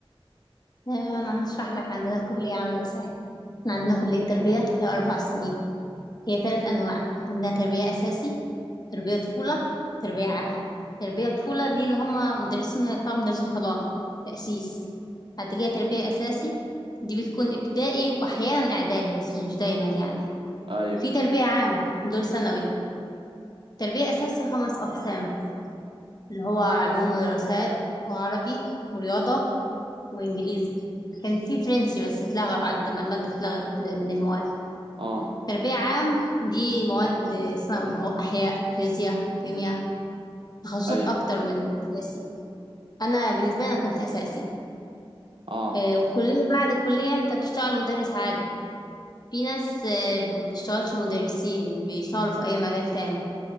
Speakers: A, on the left; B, on the right.
A: تمام انا هشرح لك عندنا الكلية عاملة ازاي احنا عندنا كلية تربية هي اربع سنين هي ثلاث انواع عندنا تربية اساسي تربية طفولة تربية عام تربية طفولة دي اللي هم مدرسين هيطلعوا مدرسين حضانة تأسيس بعد كده تربية اساسي دي بتكون ابتدائي واحيانا اعدادي بس مش دايما يعني
B: ايوه
A: في تربية عام دول ثانوي تربية اساسي خمس اقسام اللي هو علوم ودراسات وعربي ورياضة وانجليزي كان في فرنسي بس اتلغى بعد ما المادة اتلغت من المواد
B: اه
A: تربية عام دي مواد ثانوي اللي هو أحياء فيزياء كيمياء تخصصات
B: ايوه
A: أكتر من أساسي أنا بالنسبة لي أنا كنت أساسي
B: اه
A: آه، والكلية بعد الكلية أنت بتشتغل مدرس عادي في ناس آه، ما بتشتغلش مدرسين بيشتغلوا في أي مجال تاني